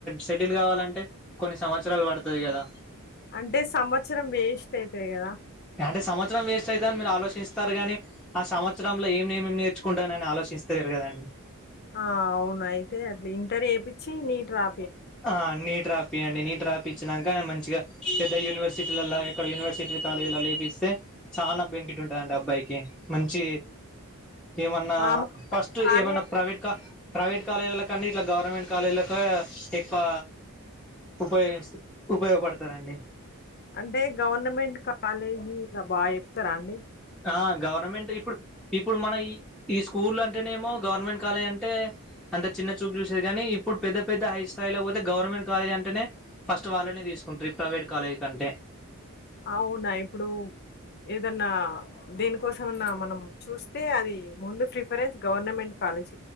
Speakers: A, in the centre; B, on the left (about 45°).
A: సెటిల్ కావాలంటే కొన్ని సంవత్సరాలు పడుతది కదా
B: అంటే సంవత్సరం వేస్ట్ అయితది కదా
A: అంటే సంవత్సరం వేస్ట్ అయిత అని మీరు ఆలోచిస్తారు గానీ ఆ సంవత్సరంలో ఏమేమి నేర్చుకుంటారు అని ఆలోచిస్తలేరు కదండి
B: ఆ అవును అయితే అట్లా ఇంటర్ చేపిచ్చి నీట్ రా
A: ఆ నీట్ రాపియండి నీట్ రాపిచ్చి నాక మంచి మంచిగా పెద్ద యూనివర్సిటీలలా ఎక్కడ యూనివర్సిటీ కాలేజీలో లేపిస్తే చాలా బెనిఫిట్ ఉంటదంట అబ్బాయికి కే మంచి ఏమన్నా
B: ఆ! మా అబ్బాయి
A: ఫస్ట్
B: బానే
A: ఏమన్నా ప్రైవేట్ క ప్రైవేట్ కాలేజీల కన్నా ఇట్లా గవర్నమెంట్ కాలేజీలకు ఎక్కువ ఉపయోగించు ఉపయోగపడతారండి
B: అంటే గవర్నమెంట్ కాలేజీ ఇలా బాగా చెప్తారా అండి
A: ఆ గవర్నమెంట్ ఇప్పుడు ఇప్పుడు మన ఈ ఈ స్కూల్ అంటేనేమో గవర్నమెంట్ కాలేజ్ అంటే అంత చిన్న చూపు చూసేది కానీ ఇప్పుడు పెద్ద పెద్ద హై స్థాయిలో పోతే గవర్నమెంట్ కాలేజ్ అంటేనే ఫస్ట్ వాళ్ళని తీసు తీసుకుంట ప్రైవేట్ కాలేజ్ కంటే
B: అవునా ఇప్పుడు ఏదన్నా దేనికోసమన్నా మనం చూస్తే అది ముందు ప్రిఫరెన్స్ గవర్నమెంట్ కాలేజ్